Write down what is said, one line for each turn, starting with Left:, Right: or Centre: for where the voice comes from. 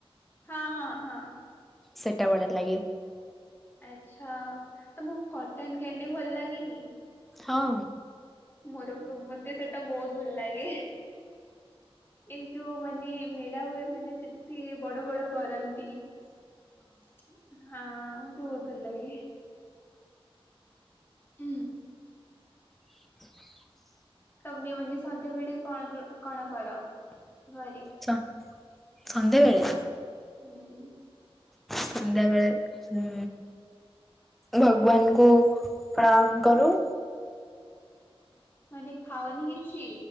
Left: ହଁ ହଁ ହଁ।
Centre: ସେଟା ବଢିଆ ଲାଗେ।
Left: ଆଛା ତମକୁ କଟନ କ୍ୟାଣ୍ଡି ଭଲ ଲାଗେନି?
Centre: ହଁ।
Left: ମୋର ପ ମତେ ସେଟା ବହୁତ ଭଲ ଲାଗେ ଏଇ ଯୋଉ ମାନେ ମେଡ଼ା ହୁଏ ମାନେ ସେଟି ବଡ ବଡ କରନ୍ତି। ହଁ ମତେ ବହୁତୁ ଭଲାଗେ। ଉଁ।
Centre: <inaudible>
Left: ତମେ ମାନେ ସନ୍ଧ୍ୟାବେଳେ କଣର କଣ କର ଘରେ।
Centre: ଛ ସନ୍ଧ୍ୟାବେଳେ
Left: ହୁଁ।
Centre: ସନ୍ଧ୍ୟାବେଳେ ହୁଁ। ଭଗବାନଙ୍କୁ ପ୍ରଣାମ କରୁ।
Left: ମାନେ ଖାାଅନି କିଛି।